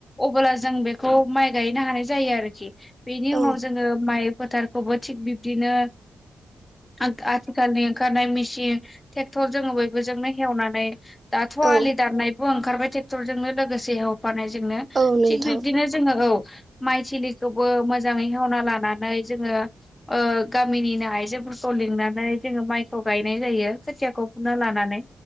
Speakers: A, on the left; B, on the right.
A: अबोला जों बेखौ माइ गायनो हानाय जायो आरोखि। बेनि
B: औ
A: उनाव जोङो माइ फोथारखौबो थिख बिब्दिनो आख आथिखालनि ओंखारनाय मेसिन टेक थरजोङो बयबो जोंनो हेवनानै दाथ'
B: औ
A: आलि दाननायबो ओंखारबाय टेक्टरजोंनो लोगोसे हेवफानायजोंनो
B: औ नोंथां
A: थिग बिब्दिनो जोङो औ। माइ थिलिखौबो मोजाङै हेवना लानानै जोङो ओ गामिनिनो आइजोफोरखौ लिंनानै जोङो माइखौ गायनाय जायो। खोथियाखौ फुना लानानै